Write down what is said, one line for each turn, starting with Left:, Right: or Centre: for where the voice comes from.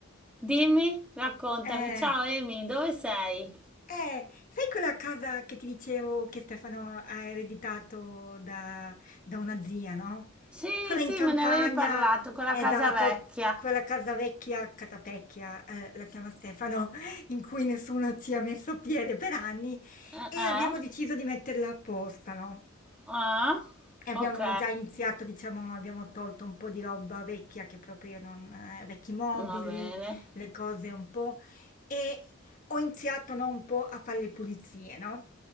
Centre: dimmi, raccontami.
Left: Eh,
Centre: Ciao Amy, dove sei?
Left: eh, sai quella casa che ti dicevo che Stefano ha ereditato da, da una zia, no?
Centre: Sì,
Left: Quella
Centre: sì,
Left: in campagna,
Centre: me ne avevi parlato con la
Left: esatto,
Centre: casa vecchia.
Left: quella casa vecchia, Catapecchia, eh, la chiama Stefano, <laughs> in cui nessuno ci ha messo piede per anni
Centre: Eh?
Left: e
Centre: eh?
Left: abbiamo deciso di metterla apposta, no?
Centre: Ah,
Left: E abbiamo
Centre: ok,
Left: già iniziato, diciamo, abbiamo tolto un po' di roba vecchia che proprio non, eh, vecchi mobili,
Centre: va bene.
Left: le cose un po', e ho iniziato, no, un po' a fare le pulizie, no?